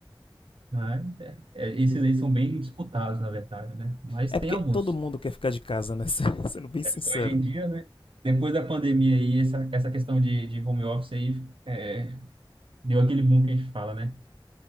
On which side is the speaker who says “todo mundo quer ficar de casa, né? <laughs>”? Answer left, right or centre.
Left